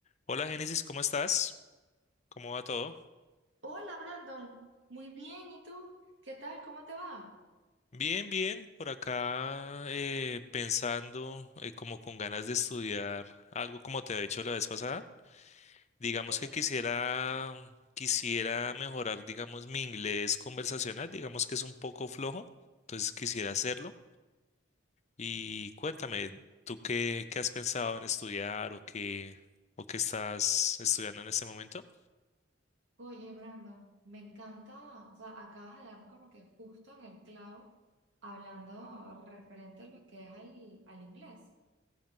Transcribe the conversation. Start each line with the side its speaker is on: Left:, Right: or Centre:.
Left: Hola Génesis, ¿cómo estás? ¿Cómo va todo?
Right: Hola Brandon, muy bien, ¿y tú? ¿Qué tal? ¿Cómo te va?
Left: Bien, bien, por acá eh, pensando eh, como con ganas de estudiar algo como te había hecho la vez pasada. Digamos
Right: Eh,
Left: que quisiera, quisiera mejorar, digamos, mi inglés conversacional, digamos que es un poco flojo, entonces quisiera hacerlo. Y cuéntame, ¿tú qué, qué has pensado en estudiar o qué, o qué estás estudiando en este momento?
Right: oye Brandon, me encanta, o sea, acabas de darme como que justo en el clavo hablando referente a lo que es al, al inglés.